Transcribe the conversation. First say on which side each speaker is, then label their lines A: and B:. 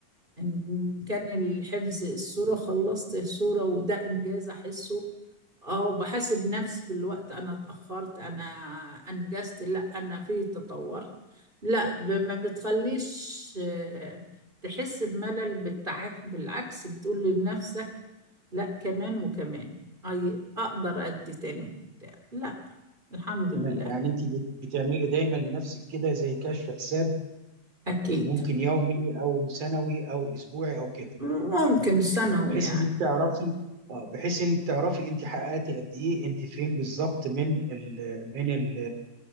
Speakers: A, on the right; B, on the right.
A: إن كان الحفظ الصورة خلصت الصورة وده إنجاز أحسه اه وبحاسب نفسي في الوقت أنا اتأخرت أنا أنجزت لأ أنا فيه تطورت لا ب- ما بتخليش آه، تحس بملل بالتعك... بالعكس بتقول لنفسك لا كمان وكمان أي أقدر أدي تاني وبتاع لا الحمد لله
B: تمام يعني انت بت- بتعملي دايما لنفسك كده زي كشف حساب
A: أكيد
B: ممكن يومي او سنوي او اسبوعي او كده
A: ممكن ثانوي
B: بحيث
A: يعني
B: ان انت تعرفي
A: ثانوي
B: اه بحيث ان تعرفي انت حققتي قد ايه انت فين بالظبط من ال من ال